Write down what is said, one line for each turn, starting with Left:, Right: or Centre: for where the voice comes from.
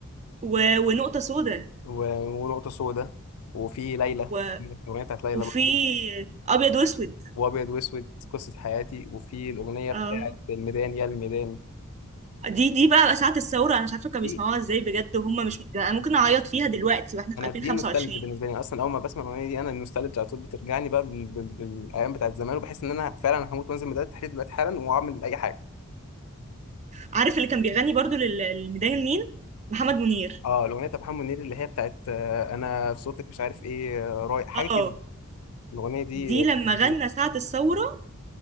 Right: و... ونقطه سودا
Left: و- ونقطه سودا وفي ليلى
Right: و...
Left: الاغنيه بتاعت ليلى
Right: وفي
Left: برضه
Right: ابيض واسود
Left: وابيض واسود قصه حياتي وفي الاغنيه
Right: اه
Left: بتاعت الميدان يا الميدان
Right: دي دي بقى ساعة الثورة أنا مش عارفة كانوا
Left: دي
Right: بيسمعوها ازاي بجد وهم مش يعني أنا ممكن أعيط فيها دلوقتي واحنا
Left: انا
Right: في 2025
Left: دي نوستالجي بالنسبه لي اصلا اول ما بسمع الاغنيه دي انا النوستالجي على طول بترجعني بقى بال... بال... بالايام بتاعت زمان وبحس ان انا فعلا هموت وانزل ميدان التحرير دلوقتي حالا واعمل اي حاجه
Right: عارف اللي كان بيغني برضو لل- للميدان النيل محمد منير
Left: اه الاغنيه بتاع محمد منير اللي هي بتاعت آه، انا في صوتك مش عارف ايه آه، رايح حاجه
Right: اه
Left: كده الاغنيه دي
Right: دي
Left: آه،
Right: لما
Left: رهيبه
Right: غنى ساعة الثورة